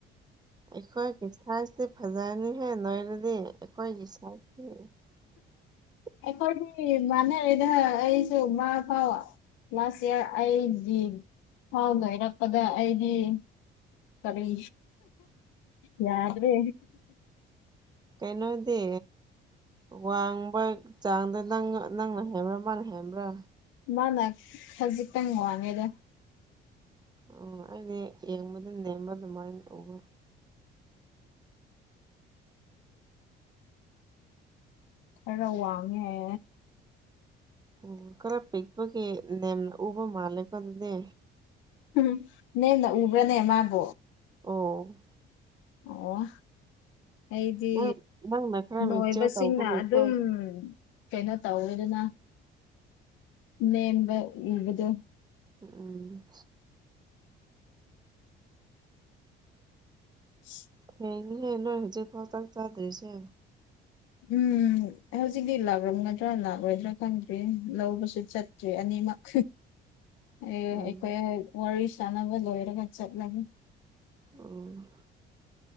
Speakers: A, on the right (about 20°); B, on the left (about 85°).
A: ꯑꯩꯈꯣꯏꯒꯤ ꯁꯥꯏꯁꯇꯤ ꯐꯖꯔꯅꯤꯍꯦ ꯅꯣꯏꯔꯗꯤ ꯑꯩꯈꯣꯏꯒꯤ ꯁꯥꯏꯁꯇꯤ <inaudible>
B: ꯑꯩꯈꯣꯏꯗꯤ ꯃꯥꯟꯅꯔꯦꯗ ꯑꯩꯁꯨ ꯃꯥ ꯐꯥꯎ ꯂꯥꯁ ꯏꯌꯥꯔ ꯑꯩꯗꯤ <unintelligible> ꯂꯣꯏꯔꯛꯄꯗ ꯑꯩꯗꯤ ꯀꯔꯤ ꯌꯥꯗ꯭ꯔꯦ
A: ꯀꯩꯅꯣꯗꯤ ꯋꯥꯡꯕ ꯆꯥꯡꯗ ꯅꯪ ꯅꯪꯅ ꯍꯦꯟꯕ꯭ꯔꯥ ꯃꯥꯅ ꯍꯦꯟꯕ꯭ꯔꯥ?
B: ꯃꯥꯅ ꯈꯖꯤꯛꯇꯪ ꯋꯥꯡꯉꯦꯗ꯫
A: ꯑꯣ ꯑꯩꯗꯤ ꯌꯦꯡꯕꯗ ꯅꯦꯝꯕ ꯑꯗꯨꯃꯥꯏꯅ ꯇꯧꯕ꯫
B: ꯈꯔ ꯋꯥꯡꯉꯦ
A: ꯎꯝ ꯈꯔ ꯄꯤꯛꯄꯒꯤ ꯅꯦꯝꯅ ꯎꯕ ꯃꯥꯜꯂꯦꯀꯣ ꯑꯗꯨꯗꯤ꯫
B: ꯎꯝ ꯅꯦꯝꯅ ꯎꯕ꯭ꯔꯅꯦ ꯃꯥꯕꯨ?
A: ꯑꯣ
B: ꯑꯣ ꯑꯩꯗꯤ
A: ꯅꯪ ꯅꯪꯅ ꯈꯔ
B: ꯅꯣꯏꯕꯁꯤꯡꯅ
A: ꯃꯤꯛꯆꯔ ꯇꯧꯕꯒꯤꯀꯣ
B: ꯑꯗꯨꯝ ꯀꯩꯅꯣ ꯇꯧꯋꯤꯗꯅ ꯅꯦꯝꯕ ꯎꯕꯗꯣ
A: ꯎꯝ
B: <unintelligible>
A: ꯊꯦꯡꯉꯤꯍꯦ ꯅꯣꯏ ꯍꯨꯖꯤꯛ ꯐꯥꯎ ꯆꯥꯛꯆꯥꯗ꯭ꯔꯤꯁꯦ
B: ꯎꯝ ꯍꯧꯖꯤꯛꯇꯤ ꯂꯥꯛꯂꯝꯒꯗ꯭ꯔꯥ ꯂꯥꯛꯂꯣꯏꯗ꯭ꯔꯥ ꯈꯪꯗꯦ ꯂꯧꯕꯁꯨ ꯆꯠ ꯇ꯭ꯔꯦ ꯑꯅꯤꯃꯛ
A: <inaudible>
B: ꯑꯦ ꯑꯩꯈꯣꯏ
A: ꯎꯝ
B: ꯋꯥꯔꯤ ꯏꯁꯟꯅꯕ ꯂꯣꯏꯔꯒ ꯆꯠꯂꯅꯤ꯫
A: ꯎꯝ